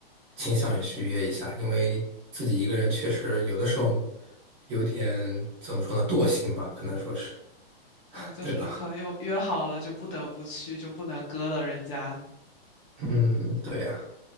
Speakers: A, on the right; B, on the left.
A: 倾向于去约一下，因为自己一个人确实有的时候有点，怎么说呢，惰性吧，可能说是，
B: 啊，就是朋友约好了就不得不去，
A: 对吧？
B: 就不能割了人家。
A: 嗯，对呀。